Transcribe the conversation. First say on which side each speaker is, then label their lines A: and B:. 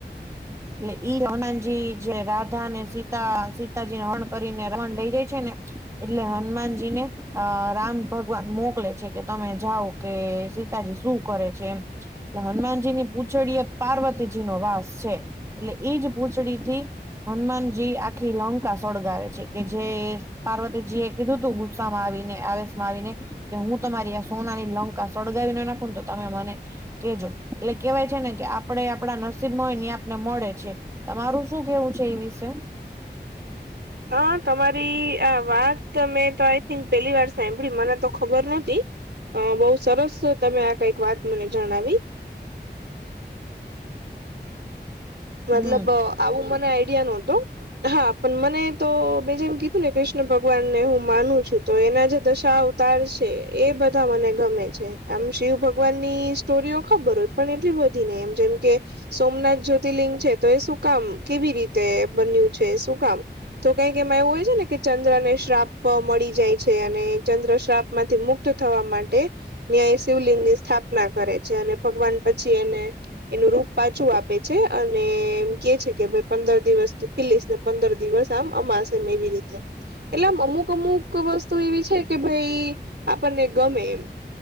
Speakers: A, on the right; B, on the right.
A: એટલે ઈ જે રાધા ને સીતા સીતાજીને હરણ કરીને રણ લઈ જાય છે ને. એટલે હનુમાનજી ને. અ રામ ભગવાન મોકલે છે કે તમે જાઓ કે સીતાજી શું કરે છે એમ. હનુમાનજી ની પૂંછડી એ પાર્વતીજી નો વાસ છે, એટલે એજ પૂંછડી થી. હનુમાનજી આખી લંકા સળગાવે છે કે જે પાર્વતીજી એ કીધું તું ગુસ્સામાં આવીને આવેશમાં આવીને. કે હું તમારી આ સોનાની લંકા સળગાવી ના નાખું ને તો તમે મને કેજો, એટલે કેવાય છે ને કે આપડે આપડા નસીબ માં હોય ને એ આપ ને મળે છે, તમારું શું કેવું છે એ વિશે?
B: હ તમારી આ વાત મેં તો આઈ થિંક પેલી વાર સાંભળી મને તો ખબર નહોતી. અ બહુ સરસ તમે આ કઈક વાત મને જણાવી. મતલબ
A: હમ.
B: આવું મને આઈડિયા નહતો. હા પણ મને તો મેં જેમ કીધું ને કૃષ્ણ ભગવાનને હું માનું છું તો એના જે દશા અવ તાર છે એ બધા મને ગમે છે, આમ શિવ ભગવાનની સ્ટોરી ખબર હોય પણ એટલી બધી નહી એમ જેમ કે, સોમનાથ જ્યોત તિલિંગ છે તો એ શું કામ કેવી રીતે બન્યું છે શું કામ? તો કંઈક એમાં એવું હોય છે ને કે ચંદ્ર ને શ્રાપ મળી જાય છે અને ચંદ્ર શ્રાપ માંથી મુક્ત થવા માટે, નયા શિવલિંગની સ્થાપના કરે છે અને ભગવાન પછી એને એનું રૂપ પાછું આપે. છે, અને એમ કે છે કે ભાઈ પંદર દિવસ તું ખીલીશ ને પંદર દિવસ આમ અમાશે એમ એવી રીતે. એટલે આમ અમુક અમુક વસ્તુ એવી છે કે ભાઈ આપણને ગમે એમ.